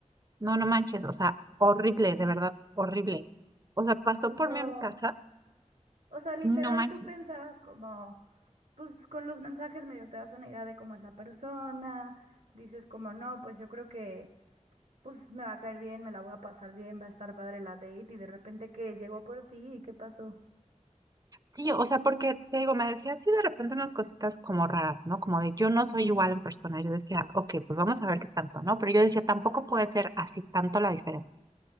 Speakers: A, on the right; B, on the right.
A: No, no manches, o sea, horrible, de verdad, horrible. O sea, pasó
B: No,
A: por mí a mi casa,
B: o sea,
A: sí,
B: literal
A: no manches.
B: tú pensabas como, pues con los mensajes medio te das una idea de cómo es la persona, dices como, no, pues yo creo que pues me va a caer bien, me la voy a pasar bien, va a estar padre la date y de repente que llegó por ti y qué pasó.
A: Sí, o sea, porque te digo, me decía así de repente unas cositas como raras, ¿no? Como de yo no soy igual en persona. Yo decía, ok, pues vamos a ver qué tanto, ¿no? Pero yo decía, tampoco puede ser así tanto la diferencia.